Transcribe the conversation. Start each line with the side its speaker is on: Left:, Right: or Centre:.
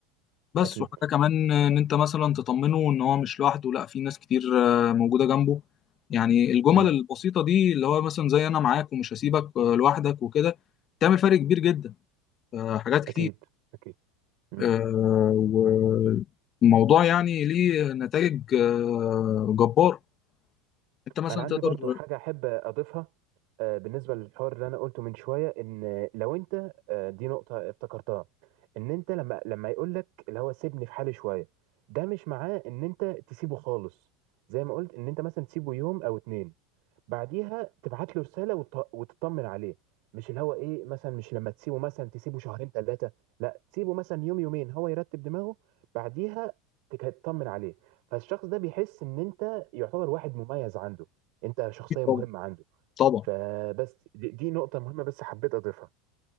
Left: بس
Right: اكيد
Left: وحاجة كمان آه، إن أنت مثلا تطمنه إن هو مش لوحده لأ في ناس كتير آه، موجودة جنبه يعني الجمل
Right: مم،
Left: البسيطة دي اللي هو مثلا زي أنا معاك ومش هسيبك آه، لوحدك وكده تعمل فرق كبير جدا آه، حاجات كتير
Right: اكيد اكيد مم.
Left: آه، والموضوع يعني ليه نتائج آه، جبارة
Right: مم.
Left: أنت مثلا
Right: انا عندي
Left: تقدر
Right: برضو
Left: تقول-
Right: حاجه احب اضيفها آه، بالنسبه للحوار اللي انا قلته من شويه ان لو انت آه، دي نقطه افتكرتها ان انت لما لما يقول لك اللي هو سيبني في حالي شويه ده مش معناه ان انت تسيبه خالص زي ما قلت ان انت مثلا تسيبه يوم او اتنين بعديها تبعت له رساله وت- وتطمن عليه مش اللي هو ايه مثلا مش لما تسيبه مثلا تسيبه شهرين ثلاثه لا تسيبه مثلا يوم يومين هو يرتب دماغه بعديها تك- تطمن عليه فالشخص ده بيحس ان انت يعتبر واحد مميز عنده انت شخصيه مهمه
Left: طبعا
Right: عنده
Left: طبعا
Right: فبس دي, دي نقطه مهمه بس حبيت اضيفها